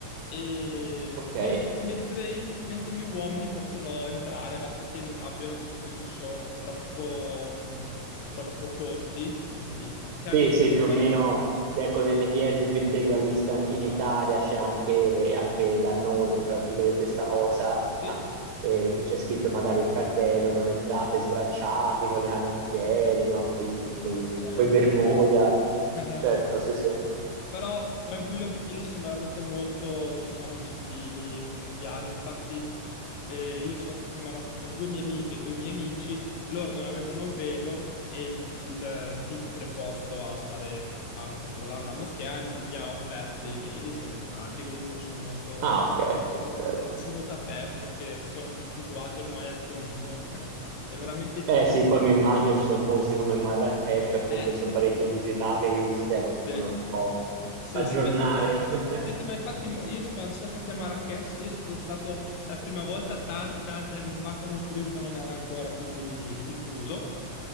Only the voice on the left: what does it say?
E
men- mentre, i- mentre gli uomini possono entrare, basta che non abbiano tipo degli short troppo, mh, troppo corti, quindi che arrivino
al...
Ah,
Sì.
Ah,
ok.
<laughs>
Sì.
Però tranquillo perché lì sono veramente molto, diciamo, gentili e conviviali. Infatti, eh, io sono stato in Marocco con due mie amiche e due miei amici e loro non avevano il velo e il, il- il tipo preposto a stare a controllare la moschea gli gli ha offerto dei veli, sono entrati, comunque sono molto,
sì, sì, sì, sono molto aperti perché sono abituati ormai al turismo. <laughs> È veramente...
Eh,
Sì,
sì,
sì, beh,
Sì, sì, ma infatti mo- io s- quando siamo stati a Marrakesh, io sono stato la prima volta tanti tanti anni fa, quando il turismo non era ancora così diffuso,